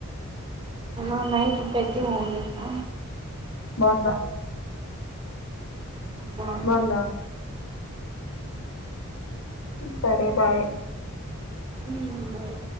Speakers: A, on the right; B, on the left.
A: అ నైట్ పెద్దగా ఊడతీసిన
B: బాగుందా
A: బాగుంది
B: బావుందా సరే బాయ్
A: ఉమ్ బాయ్